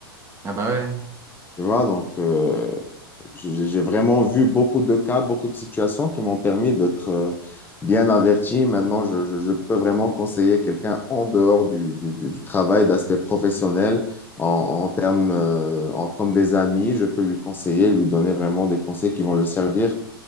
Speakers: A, on the right (about 20°); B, on the left (about 15°).
A: Ah bah ouais.
B: Tu vois, donc euh, j'ai j'ai vraiment vu beaucoup de cas, beaucoup de situations qui m'ont permis d'être euh, bien averti. Maintenant, je, je- je peux vraiment conseiller quelqu'un en dehors du, du- du- du travail, d'aspect professionnel, en, en termes euh, en- comme des amis. Je peux lui conseiller, lui donner vraiment des conseils qui vont le servir.